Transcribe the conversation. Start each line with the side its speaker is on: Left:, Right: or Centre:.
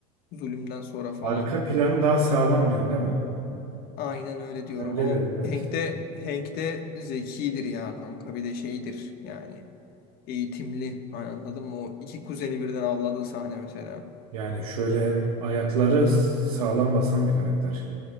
Left: zulümden sonra falan.
Right: Arka planı daha sağlam diyorsun değil mi?
Left: Aynen öyle diyorum
Right: Bence
Left: ama
Right: de öyle evet.
Left: Hank de Hank de zekidir ya kanka bir de şeydir yani eğitimli. Hani anladın mı? O iki kuzeni birden avladığı sahne mesela.
Right: Yani şöyle ayakları sağlam basan bir karakter.